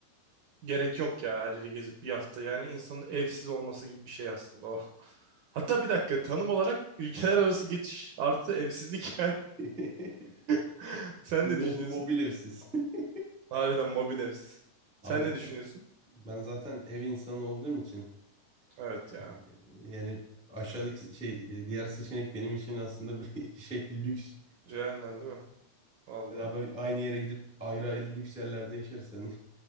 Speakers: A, on the right; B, in the centre.
A: gerek yok ya her yeri gezip bir hafta. Yani insanın evsiz olması gibi bir şey aslında o. <laughs> Hatta bir dakika tanım olarak ülkeler arası geçiş artı evsizlik yani.
B: <laughs>
A: <laughs> Sen ne
B: Mo
A: düşünüyorsun?
B: mobil evsiz. <laughs>
A: Harbiden mobil evsiz.
B: Abi
A: Sen ne düşünüyorsun?
B: ben zaten ev insanı olduğum için
A: Evet ya.
B: Ee, Yani aşağıdaki şey e, diğer seçenek benim için aslında bir <laughs> şey lüks.
A: Cehennem değil mi? Vallahi.
B: Beraber aynı yere gidip ayrı ayrı lüks yerlerde yaşarsan